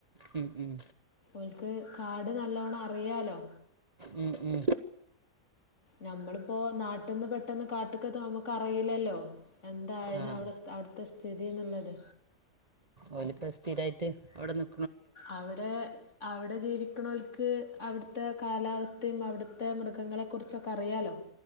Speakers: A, on the right; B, on the left.
A: ഉം ഉം
B: ഓൽക്ക് കാട് നല്ലോണ. അറിയാലോ
A: ഉം ഉം
B: നമ്മളിപ്പം നാട്ടിന്ന് പെട്ടെന്ന് കാട്ടിക്ക് എത്തുമ്പം നമുക്കറിയില്ലല്ലോ എന്താന്ന്
A: ആഹ്
B: അവിടുത്തെ സ്ഥിതിന്നുള്ളത്
A: വലിപ്പം സ്ഥിരയിട്ട് അവിടെ നിന്ന്
B: അവടെ അവിടെ ജീവി ക്കുന്നോൽക്ക് അവിടുത്തെ കാലാവസ്ഥേം അവിടുത്തെ മൃഗങ്ങളെ കുറിച്ചുക്കെ അറിയാലോ